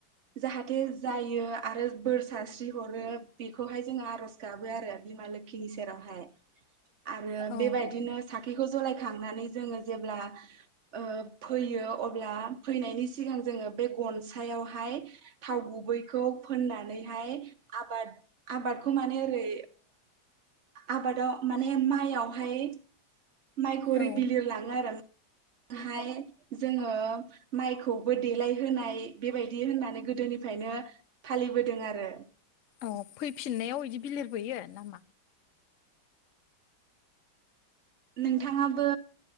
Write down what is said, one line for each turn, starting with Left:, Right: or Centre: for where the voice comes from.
Right: जाहाथे जायो आरो बोर सारस्रि हरो बेखौहाय जोङो आरज गाबो आरो बिमा लोखिनि सेरावहाय। आरो
Left: औ
Right: बेबायदिनो साखिखौ जलायखांनानै जोङो जेब्ला ओ फैयो अब्ला फैनायनि सिगां जोङो बे गनसायावहाय थाव गुबैखौ फोननानैहाय आबाद आबादखौ माने ओरै आबादाव माने माइयावहाय माइखौ ओरै
Left: औ
Right: बिलिर लाङो आरो। हाय जोङो माइखौबो देलायहोनाय बेबायदि होननानै गोदोनिफ्रायनो फालिबोदों आरो।
Left: अ फैफिननायाव इदि बिलिरबोयो नामा?
Right: नोंथाङाबो